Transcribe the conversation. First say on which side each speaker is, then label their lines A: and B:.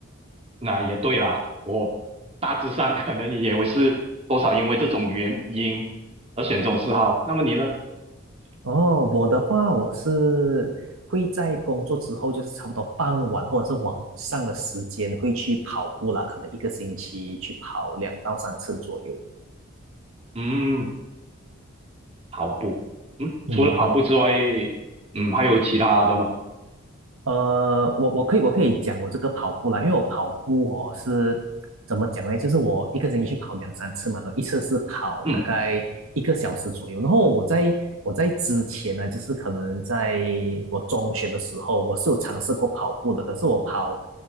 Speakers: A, on the right (about 30°); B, on the right (about 80°).
A: 那也对啦，我大致上可能也会是多少因为这种原因而选这种嗜好。那么你呢？
B: 哦，我的话，我是会在工作之后，就是差不多傍晚或者是晚上的时间会去跑步啦，可能一个星期去跑两到三次左右。
A: 嗯。跑步，嗯，
B: 嗯，
A: 除了跑步之外，
B: 哦。
A: 嗯，还有其他的吗？
B: 呃，我我可以我可以讲我这个跑步啦，因为我跑步哦是怎么讲呢？就是我一个星期去跑两三次嘛，然后一次是跑大概一个小时左右。
A: 嗯
B: 然后我在我在之前呢，就是可能在我中学的时候，我是有尝试过跑步的，可是我跑